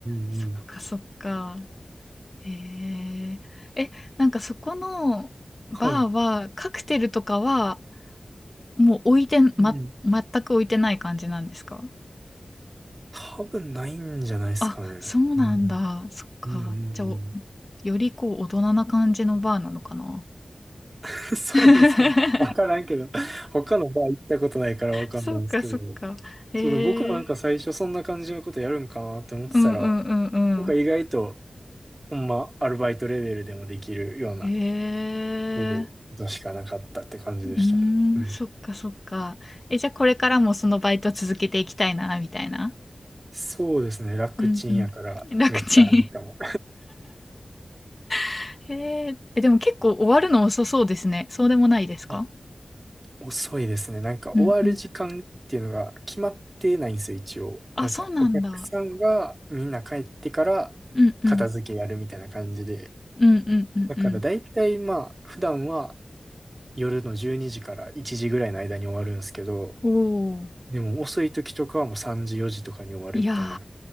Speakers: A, on the right; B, on the left.
A: んうん。
B: そっかそっか。へえ。え、なんかそこのバーはカクテルとかは
A: はい。
B: もう置いて、
A: うん。
B: ま、全く置いてない感じなんですか
A: 多分ないんじゃないですかね。
B: あ、そうなんだ。
A: うん。
B: そっか。
A: うんうんうん。
B: じゃあ、およりこう、大人な感じのバーなのかな。
A: <laughs> そうなんですか。
B: <laughs>
A: わからんけど、他のバー行ったことないからわかんないんですけど、
B: そっか、そっか。ええ
A: そう、でも僕もなんか最初そんな感じのことやるんかなって思ってたら、
B: うんうんうんうん。
A: なんか意外と、ほんまアルバイトレベルでもできるような
B: ええ
A: ことしかなかったって感じでしたね。
B: うー
A: うん。
B: ん、そっか、そっか。え、じゃあ、これからもそのバイト続けていきたいな、みたいな。
A: そうですね。楽ちんやからめっちゃありかも。
B: うんうん。楽ちん。<laughs> えー、え、でも結構終わるの遅そうですね。そうでもないですか
A: あ、遅いですね。なんか終わる時間っていうのが決まってないんですよ、
B: うんうん。
A: 一応。
B: あ、
A: なんかお客さんがみんな帰ってから片付けやるみたいな感じで。
B: そうなんだ。うんうん。うんうんうんうん。
A: だから大体まあ、普段は夜の12時から1時ぐらいの間に終わるんですけど、
B: おお
A: でも遅い時とかはもう3時、4時とかに終わるみたいな。
B: いやー、